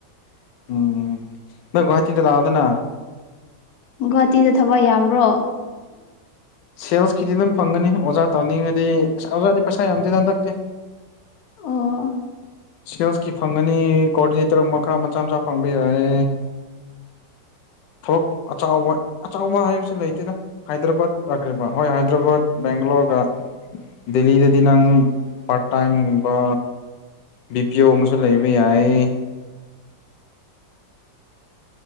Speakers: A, on the left; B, on the left.
A: ꯎꯝ ꯅ ꯒꯧꯋꯥꯍꯥꯇꯤꯗ ꯂꯑꯗꯅ
B: ꯒꯨꯍꯥꯇꯤꯗ ꯊꯕ ꯌꯥꯝ꯭ꯔꯣ
A: ꯁꯦꯜꯁꯀꯤꯗꯤ ꯑꯗꯨꯝ ꯐꯪꯒꯅꯤ ꯑꯣꯖꯥ ꯇꯧꯅꯤꯡꯉꯗꯤ ꯑꯣꯖꯥꯗꯤ ꯄꯩꯁꯥ ꯌꯥꯝꯗꯤ ꯍꯟꯗꯛꯇꯦ
B: ꯑꯣ
A: ꯁꯦꯜꯁꯀꯤ ꯐꯪꯒꯅꯤ ꯀꯣꯑꯣꯔꯗꯤꯅꯦꯇꯔ ꯃꯈꯥ ꯈꯔ ꯃꯆꯥ ꯃꯆꯥ ꯐꯪꯕ ꯌꯥꯏꯦ <inaudible> ꯊꯕꯛ ꯑꯆꯕ ꯍꯥꯏꯕꯁꯤ ꯂꯩꯇꯦꯅ ꯍꯥꯏꯗ꯭ꯔꯕꯥꯠꯈ꯭ꯔꯤꯕ ꯍꯣꯏ ꯍꯥꯏꯗ꯭ꯔꯕꯥꯠ ꯕꯦꯡꯒꯂꯣꯔ ꯊꯣꯛꯂꯒ ꯗꯦꯂꯤꯗꯗꯤ ꯅꯪ ꯄꯥꯔꯠ ꯇꯥꯏꯝꯒꯨꯝꯕ ꯕꯤ ꯄꯤ ꯑꯣ ꯑꯃꯁꯨ ꯂꯩꯕ ꯌꯥꯏ